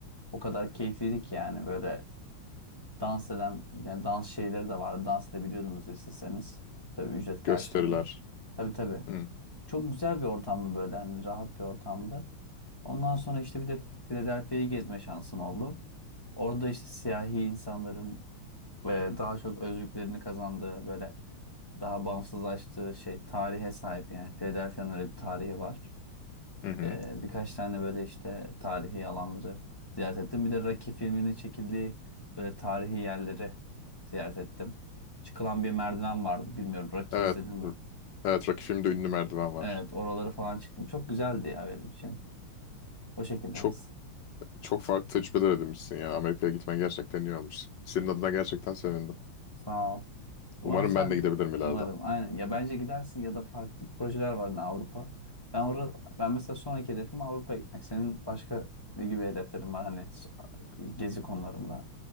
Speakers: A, on the left; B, on the left.
A: O kadar keyifliydi ki yani böyle dans eden yani dans şeyleri de vardı. Dans edebiliyordunuz isteseniz. Tabii ücret karşılığında.
B: Gösteriler.
A: Tabii tabii.
B: Hı
A: Çok güzel bir ortamdı böyle hani rahat bir ortamdı. Ondan sonra işte bir de Philadelphia'yı gezme şansım oldu. Orada işte siyahi insanların ve daha çok özgürlüklerini kazandığı böyle daha bağımsızlaştığı şey tarihe sahip yani Philadelphia'nın öyle bir tarihi var.
B: hı. hı.
A: Ee, birkaç tane böyle işte tarihi alanları ziyaret ettim. Bir de Rocky filminin çekildiği böyle tarihi yerleri ziyaret ettim. Çıkılan bir merdiven vardı. Bilmiyorum Rocky
B: Evet.
A: izledin mi?
B: Evet Rocky filmde ünlü merdiven var.
A: Evet oraları falan çıktım. Çok güzeldi ya benim için. O şekilde.
B: Çok çok farklı tecrübeler edinmişsin yani. Amerika'ya gitmen gerçekten iyi olmuş. Senin adına gerçekten sevindim.
A: Sağ ol. Umarım
B: Umarım
A: sen
B: ben de gidebilirim ileride.
A: umarım aynen ya bence gidersin ya da farklı projeler var da Avrupa. Ben orada ben mesela sonraki hedefim Avrupa'ya gitmek. Senin başka ne gibi hedeflerin var hani so- gezi konularında?